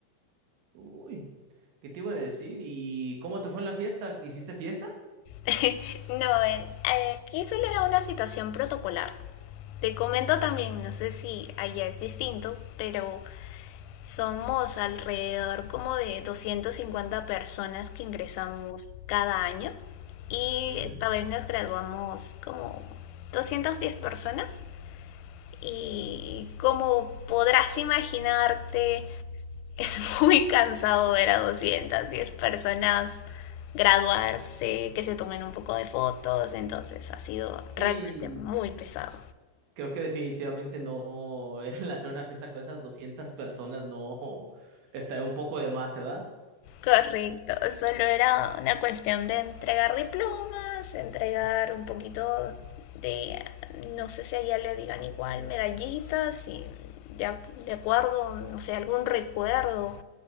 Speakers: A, on the right; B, on the left.
A: Uy, ¿qué te iba a decir? ¿Y cómo te fue en la fiesta? ¿Hiciste fiesta?
B: <laughs> no, en, eh, aquí solo era una situación protocolar. Te comento también, no sé si allá es distinto, pero Somos alrededor como de 250 personas que ingresamos cada año y
A: Ujú.
B: esta vez nos graduamos como 210 personas y como podrás imaginarte <laughs> es muy cansado ver a 210 personas graduarse, que se tomen un poco de fotos, entonces ha sido
A: Sí,
B: realmente muy pesado.
A: creo que definitivamente no, <laughs> el hacer una fiesta con esas 200 personas no estaría un poco de más, ¿verdad?
B: Correcto, solo era una cuestión de entregar diplomas, entregar un poquito de, no sé si allá le digan igual, medallitas y de, ac- de acuerdo, no sé, algún recuerdo